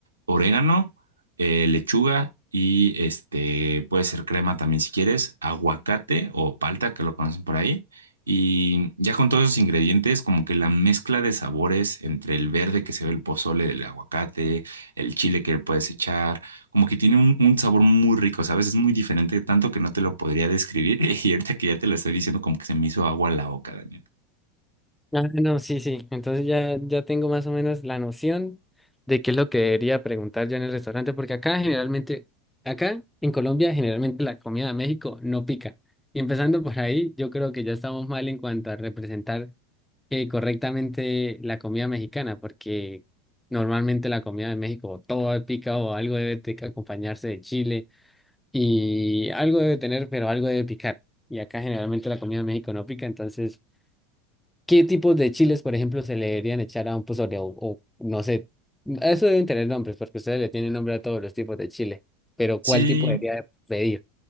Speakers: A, on the right; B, in the centre.
A: orégano, eh, lechuga y este puede ser crema también si quieres, aguacate o palta, que lo conocen por ahí. Y ya con todos esos ingredientes, como que la mezcla de sabores entre el verde que se ve el pozole del aguacate, el chile que le puedes echar, como que tiene un, un sabor muy rico, ¿sabes? Es muy diferente, tanto que no te lo podría describir. <laughs> Y ahorita que ya te lo estoy diciendo, como que se me hizo agua a la boca, Daniel.
B: Ah, no, sí, sí. Entonces ya, ya tengo más o menos la noción de qué es lo que debería preguntar yo en el restaurante, porque acá generalmente, acá en Colombia, generalmente la comida de México no pica. Y empezando por ahí, yo creo que ya estamos mal en cuanto a representar eh, correctamente la comida mexicana, porque normalmente la comida de México todo pica o algo debe de acompañarse de chile y algo debe tener, pero algo debe picar. Y acá generalmente la comida de México no pica, entonces. ¿Qué tipos de chiles, por ejemplo, se le deberían echar a un pozole? O, o no sé, eso deben tener nombres, porque ustedes le tienen nombre a todos los tipos de chile. Pero
A: Sí,
B: ¿cuál tipo debería de pedir?